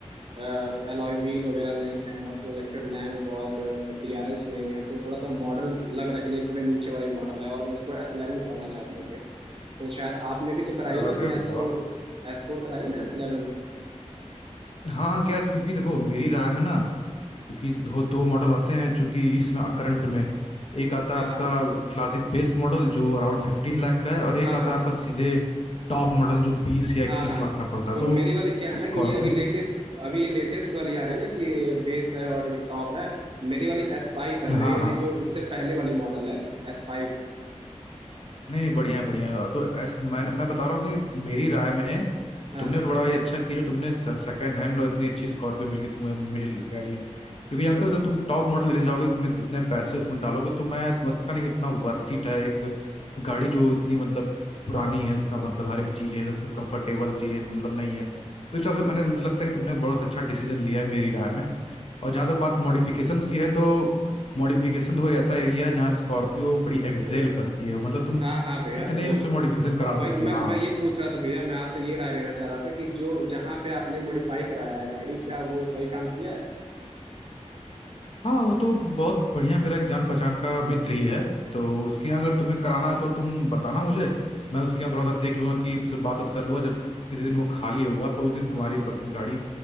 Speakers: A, on the right; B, on the left.
A: एलॉय व्हील वगैरह नहीं है और प्रोजेक्टेड लैंप और डीआरएल्स नहीं है तो थोड़ा सा मॉडल लग रहा है कि नहीं थोड़े नीचे वाली मॉडल है और मैं उसको एस इलेवन कराना चाहता हूँ भैया तो शायद आपने भी तो कराई
B: अरे
A: है ना अपनी एस
B: वाह
A: फोर एस फोर कराई ना एस इलेवन
B: हाँ हाँ यार क्योंकि देखो मेरी राय में ना क्योंकि दो दो मॉडल आते हैं चूंकि इसमें करंट में एक आता है
A: हाँ
B: आपका
A: हाँ
B: क्लासिक बेस मॉडल जो अराउंड फिफ्टीन लाख का है और
A: हाँ
B: एक आता
A: हाँ
B: है
A: हाँ
B: आपका सीधे टॉप मॉडल जो बीस या इक्कीस
A: हाँ हाँ
B: लाख का पड़ता है
A: तो
B: तो
A: मेरी वाली क्या है ना
B: स्कॉर्पियो
A: कि ये अभी लेटेस्ट अभी ये लेटेस्ट वाली आ रही है ना कि बेस है और एक टॉप है मेरी वाली एस फाइव है
B: हाँ
A: मेरी वाली
B: हाँ
A: जो इससे पहले वाली मॉडल है एस फाइव
B: नहीं नहीं बढ़िया है बढ़िया है। तो ऐस, मैं मैं बता रहा हूँ कि मेरी राय में
A: हाँ
B: तुमने बड़ा ये अच्छा किया जो तुमने सेकंड हैंड और इतनी अच्छी स्कॉर्पियो मिल गई तुम्हें मिडिल वेरिएंट क्योंकि जानते
A: हम्म,
B: हो जब तुम टॉप मॉडल लेने जाओगे उसमें उतने पैसे उसमें डालोगे तो मैं समझता नहीं कि उतना वर्थ इट है एक गाड़ी जो इतनी मतलब पुरानी है उसका मतलब हर एक चीज़ है तो उसमें कंफर्टेबल चीज़ें मतलब नहीं है तो इस हिसाब से
A: हाँ
B: मैंने मुझे लगता है कि तुमने बहुत अच्छा डिसीजन लिया है मेरी राय में और जहां
A: हाँ
B: तक
A: हाँ
B: बात मॉडिफिकेशंस की है तो मॉडिफिकेशन तो कोई ऐसा एरिया है जहाँ स्कॉर्पियो बड़ी एक्सेल
A: हम्म, हम्म,
B: करती है मतलब तुम
A: हाँ हाँ भैया
B: कितने
A: वो
B: उससे मॉडिफिकेशन करा
A: अब भाई
B: सकते हो
A: मैं
B: हाँ
A: मैं ये पूछ रहा था भैया मैं आपसे ये राय लेना चाह रहा था कि जो जहाँ पे आपने मॉडिफाई कराया है गाड़ी क्या वो सही काम किया है
B: हाँ वो तो बहुत बढ़िया मेरा एक जान पहचान का मित्र ही है तो उसके यहाँ अगर तुम्हें कराना है तो तुम बताना मुझे मैं उसके यहाँ थोड़ा सा देख लूंगा कि उससे बात बात कर लूंगा जब किसी दिन वो खाली होगा तो उस दिन तुम्हारी ब- गाड़ी